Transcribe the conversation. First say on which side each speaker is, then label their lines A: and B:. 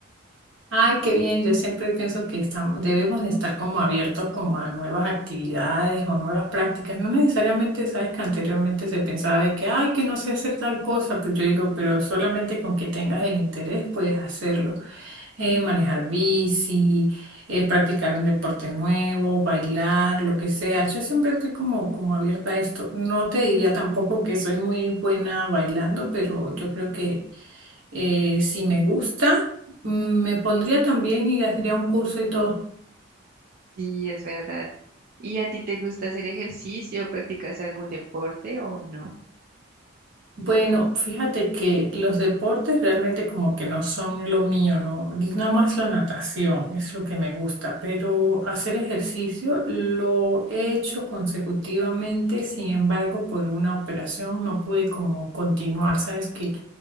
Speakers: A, on the right (about 70°); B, on the right (about 45°).
A: Ay, qué bien. Yo siempre pienso que estamos, debemos de estar como abiertos como a nuevas actividades o nuevas prácticas. No necesariamente, sabes que anteriormente se pensaba de que, ay, que no sé hacer tal cosa, pero yo digo, pero solamente con que tengas el interés puedes hacerlo. Eh, manejar bici, eh, practicar un deporte nuevo, bailar, lo que sea. Yo siempre estoy como, como abierta a esto. No te diría tampoco que soy muy buena bailando, pero yo creo que eh, si me gusta mm, Me pondría también y haría un curso y todo.
B: Sí, es verdad. ¿Y a ti te gusta hacer ejercicio? ¿Practicas algún deporte o no?
A: Bueno, fíjate que los deportes realmente como que no son lo mío, ¿no? Nada más la natación es lo que me gusta, pero hacer ejercicio lo he hecho consecutivamente, sin embargo, por una operación no pude como continuar, ¿sabes? Que